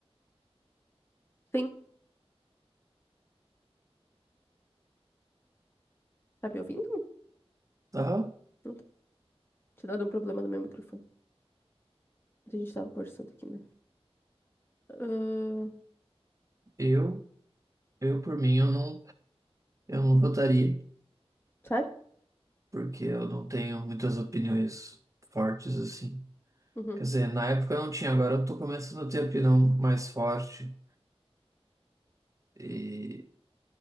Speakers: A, on the left (about 20°); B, on the right (about 30°).
A: Sim, tá me ouvindo?
B: Aham,
A: Não tá. Tinha dado um problema no meu microfone. A gente tava conversando aqui, né? Ahn,
B: eu, eu por mim, eu não, eu não votaria,
A: sério?
B: porque eu não tenho muitas opiniões fortes assim.
A: Uhum,
B: Quer dizer, na época eu não tinha, agora eu tô começando a ter opinião mais forte e,